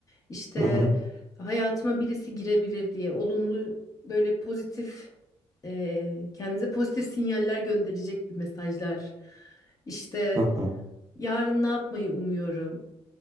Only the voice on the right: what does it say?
Hı hı.
Hı hı.